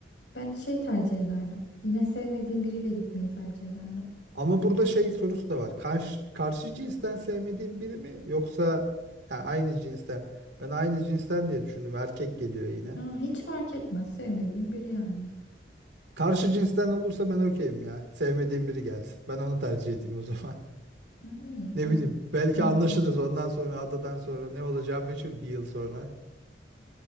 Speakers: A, on the left; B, on the right.
A: ben şey tercih ederdim. Yine sevmediğim biriyle gitmeyi tercih ederdim.
B: Ama burada şey sorusu da var. Karşı, karşı cinsten sevmediğim biri mi yoksa ya aynı cinsten? Ben aynı cinsten diye düşündüm. Erkek geliyor yine.
A: Ha, hiç fark etmez sevmediğim biri yani.
B: Karşı cinsten olursa ben okeyim ya. Sevmediğim biri gelsin. Ben onu tercih edeyim o zaman. <laughs>
A: Ha, iyi
B: Ne
A: ben
B: bileyim. Belki
A: ben
B: anlaşırız
A: de.
B: ondan sonra adadan sonra ne olacağı meçhul bir yıl sonra.